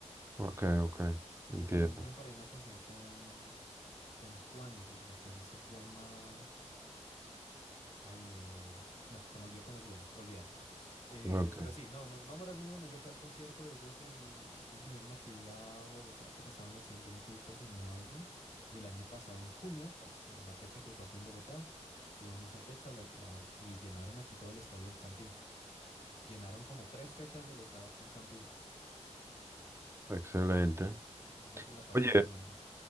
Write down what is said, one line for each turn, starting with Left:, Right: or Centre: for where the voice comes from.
Right: Ok, ok.
Left: Y
Right: Entiendo.
Left: ellos también hicieron por ahí una canción con, con Juanes, de- la canción se llama, ay, eh, no, se me olvidó cómo se llama, olvídalo. Eh,
Right: Ok.
Left: pero sí, no, no, Nómora es muy bueno. Yo fui al concierto de ellos, el, ellos vinieron aquí a Bogotá porque estaban haciendo un tour por su nuevo álbum. Y el año pasado, en junio, pues la, la fecha que fue aquí en Bogotá, estuve en esa fecha la- la- y llenaron aquí todo el estadio del Campín. Llenaron como tres fechas del estadio aquí en Campín.
Right: Excelente.
Left: Y ellos se la pasan
Right: Oye,
Left: llenando.